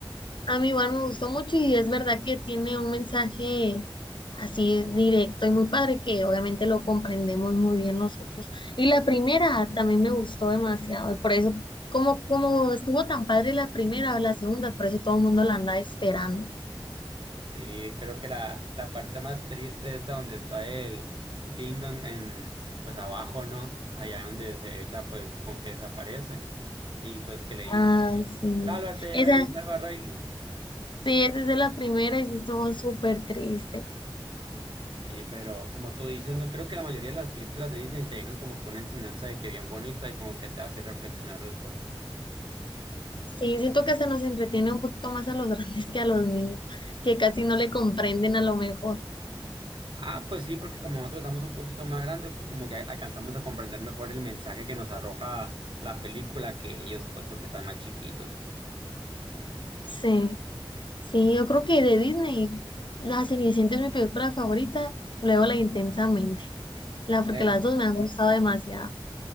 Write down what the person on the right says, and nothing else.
Sí, creo que la, la parte más triste es la donde está el Ding Dong en, pues abajo, ¿no? Allá donde se echa, pues como que desaparece. Y pues que le dice,
sálvate,
ve y salva a Riley.
Sí, pero como tú dices, no creo que la mayoría de las películas de Disney te dejan como que una enseñanza de que bien bonita y como que te hace reflexionar después.
Ah, pues sí, porque como nosotros estamos un poquito más grandes, pues como que alcanzamos a comprender mejor el mensaje que nos arroja la película que ellos, pues porque están más chiquitos.
Eh,